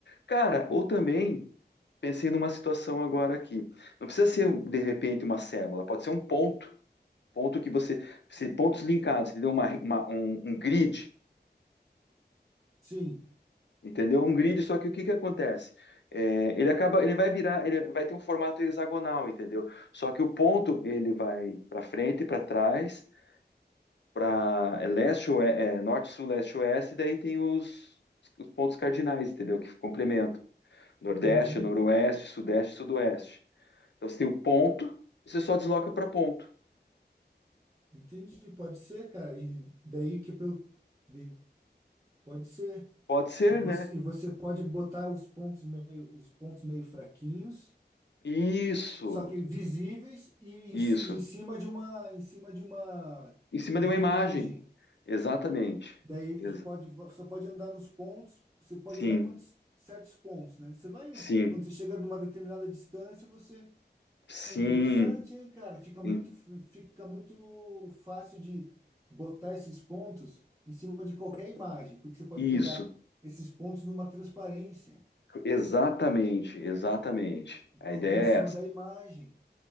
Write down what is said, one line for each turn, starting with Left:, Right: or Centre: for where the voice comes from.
Left: Cara, ou também, pensei numa situação agora aqui. Não precisa ser, de repente, uma célula, pode ser um ponto. Ponto que você. se- Pontos linkados, entendeu? Uma, uma- um, um grid,
Right: Sim,
Left: entendeu? Um grid, só que o que que acontece? É, ele acaba, ele vai virar, ele vai ter um formato hexagonal, entendeu? Só que o ponto ele vai para frente, para trás, para leste, oe- é, norte, sul, leste, oeste, e daí tem os, os pontos cardinais, entendeu? Que complementam. Nordeste,
Right: entendi.
Left: noroeste, sudeste, sudoeste. Então você tem o ponto, você só desloca para ponto.
Right: Entendi, pode ser, cara. E daí que pelo. de- pode ser.
Left: Pode ser,
Right: E você,
Left: né?
Right: e você pode botar os pontos meio, os pontos meio fraquinhos,
Left: Isso,
Right: só que visíveis e,
Left: isso.
Right: em ci- em cima de uma, em cima de uma,
Left: Em cima
Right: uma
Left: de uma imagem.
Right: imagem.
Left: Exatamente.
Right: Daí ele
Left: Ex-
Right: pode, você pode andar nos pontos, você pode
Left: sim,
Right: andar quantos certos pontos, né? Você vai indo.
Left: sim,
Right: Quando você chega numa determinada distância, você
Left: sim.
Right: É interessante, hein, cara? Fica muito,
Left: Em-
Right: fica muito fácil de botar esses pontos em cima de qualquer imagem, porque você pode
Left: Isso.
Right: pegar esses pontos numa transparência
Left: Exatamente, exatamente.
Right: e
Left: A
Right: colocar
Left: ideia
Right: em
Left: é
Right: cima
Left: essa.
Right: da imagem.